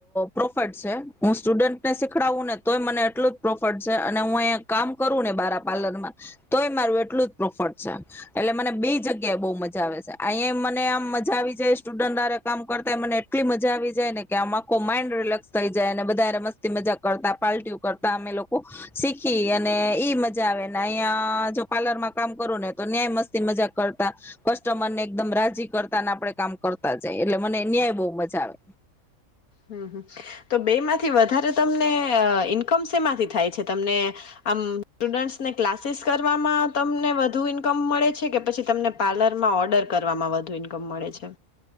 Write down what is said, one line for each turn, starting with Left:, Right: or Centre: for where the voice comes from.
Centre: પ્રોફિટ છે હું સ્ટુડન્ટને શીખડાવું ને તોય મને એટલું જ પ્રોફિટ છે અને હું અહીંયા કામ કરું ને બારા પાર્લરમાં તોય મારું એટલું જ પ્રોફિટ છે એટલે મને બે જગ્યાએ બહ મજા આવે છે અહીયા મને આમ મા ા આવી જાય સ્ટુડરે કામ કરતા મને એટલી મજા આવી જાય ને કે આમ આખો માઈન્ડ રિલેક્સ થઈ જાય અને બધાારે મસ્તી મજાક કરતા પાર્ટું કરતા અમે લોકો શીખી અને ઈ મજા આવે અહીં જો પાર્લરમાં કામ કરું ને તો ન્યાય મસ્તી મજાક કરતા કસ્ટમર ને એકદમ રાજી કરતા આપડે કામ કરતા જાય એટલે મને ન્યાય બહુ મજા આવે
Left: હમ હ તો બે માંથી વધારે તમને ઈન્કમ શેમાંથી થાય છે તમને આમ સ્ટુડન્ટસને ક્લાસીસ કરવામાં તમને વધુ ઈન્કમ મળે છે કે પછી તમને પાર્લરમાં ઓર્ડર કરવામાં વધુ ઈન્કમ મળે છે